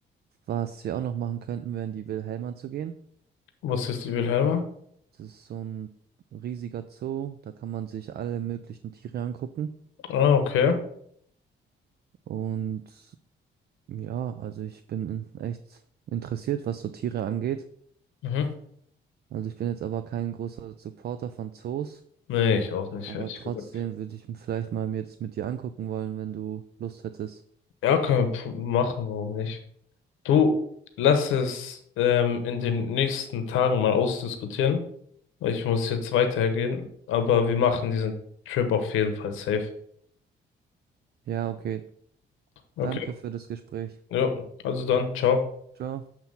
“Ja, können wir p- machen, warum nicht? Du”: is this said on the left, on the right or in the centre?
Left